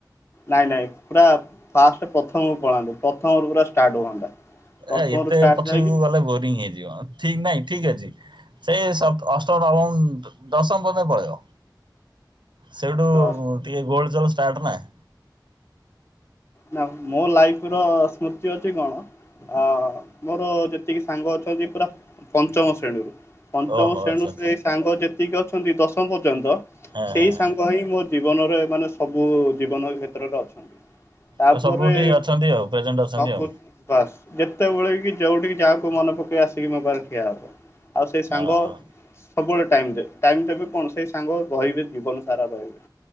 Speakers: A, on the left; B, on the right.
A: ନାଇଁ ନାଇଁ ପୁରା ଫାଷ୍ଟେ ପ୍ରଥମକୁ ପଳାନ୍ତେ ପ୍ରଥମରୁ ପୁରା ଷ୍ଟାର୍ଟ ହୁଅନ୍ତା। ପ୍ରଥମରୁ
B: ଏ ଏତେ
A: ଷ୍ଟାର୍ଟ
B: ପଛରକୁ
A: ଯାଇକି
B: ଗଲେ ବୋରିଂ ହେଇଯିବ। ଠିକ୍ ନାଇଁ ଠିକ୍ ଅଛି ସେଇ ଅଷ୍ଟମ ନବମ ଦଶମ ପର୍ଯ୍ୟନ୍ତ ପଳେଇବ। ସେଇଠୁ?
A: ତ।
B: ଟିକେ ଗୋ୍ ଡ ଜବ ଷ୍ଟାର୍ଟ ମାଁ ଏଁ।
A: ନା ମୋ ଲାଇଫ୍ ର ସ୍ମୃତି ଅଛି କଣ? ଅ ମୋର ଯେତିକି ସାଙ୍ଗ ଅଛନ୍ତି ପୁରା ପଞ୍ଚମ ଶ୍ରେଣୀରୁ। ପଞ୍ଚମ
B: ଓହୋ
A: ଶ୍ରେଣୀରୁ
B: ଆଚ୍ଛା ଆଚ୍ଛା
A: ସେଇ ସାଙ୍ଗ ଯେତିକି ଅଛନ୍ତି ଦଶମ ପର୍ଯ୍ୟନ୍ତ
B: ହଁ
A: ସେଇ
B: ହଁ ହଁ।
A: ସାଙ୍ଗ ହିଁ ମୋର୍ ଜୀବନରେ ମାନେ ସବୁ ଜୀବନ କ୍ଷେତ୍ରରେ ଅଛନ୍ତି। ତାପରେ
B: ତ ସବୁଠି ଅଛନ୍ତି
A: କ
B: ଆଉ ପ୍ରେଜେଣ୍ଟ ଅଛନ୍ତି ଆଉ
A: କୁ ନୁ। ବାସ୍ ଯେତେବେଳେ କି ଯୋଉଠିକି ଯାହାକୁ ମନେ ପକେଇ ଆସିକି ମୋ ପାରେ ଠିଆ ହବ। ଆଉ ସେଇ
B: ଓହୋ।
A: ସାଙ୍ଗ ସବୁବେଳେ ଟାଇମ୍ ଦେବେ ଟାଇମ୍ ଦେବେ କଣ ସେଇ ସାଙ୍ଗ ରହିବେ ଜୀବନ ସାରା ରହିବେ।